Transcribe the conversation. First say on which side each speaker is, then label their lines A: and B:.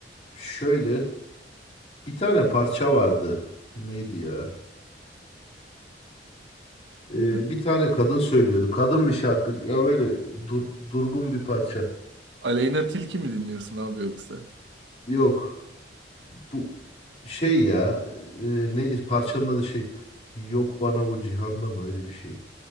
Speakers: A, on the left; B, on the right.
A: şöyle bir tane parça vardı. Neydi ya? Ee,
B: Ne?
A: bir tane kadın söylüyordu. Kadın bir şarkı. Ya böyle dur- durgun bir parça.
B: Aleyna Tilki mi dinliyorsun abi yoksa?
A: Yok. Bu şey ya e, neydi parçanın adı şey yok bana bu cihanda mı öyle bir şey.